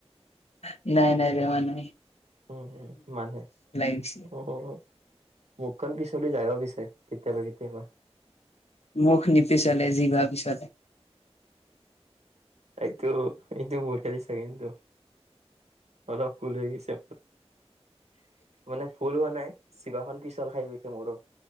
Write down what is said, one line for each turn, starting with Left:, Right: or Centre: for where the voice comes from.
Left: হে নাই নাই, বেমাৰ নহয়।
Right: উম উম মানুহে
Left: গৈছে
Right: উম উম মুখখন পিছলি যায় অ পিছে। কেতিয়াবা কেতিয়াবা।
Left: মুখ নিপিচলে, জিভা পিছলে।
Right: এইটো, এইটো বঢ়িয়া দিছা কিন্তু। অলপ ভুল হৈ গৈছে মানে ভুল হোৱা নাই। জিভাখন পিছল খাই গৈছে মোৰো।